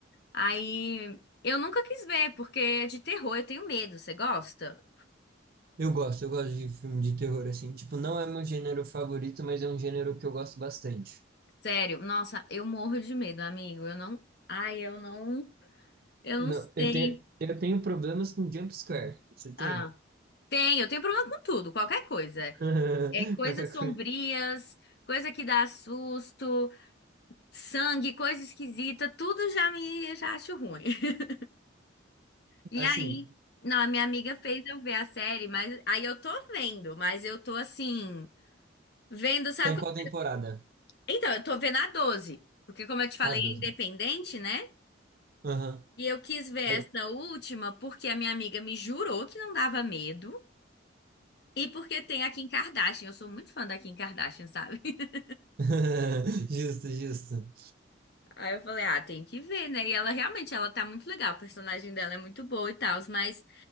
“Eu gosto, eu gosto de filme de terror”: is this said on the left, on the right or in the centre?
Right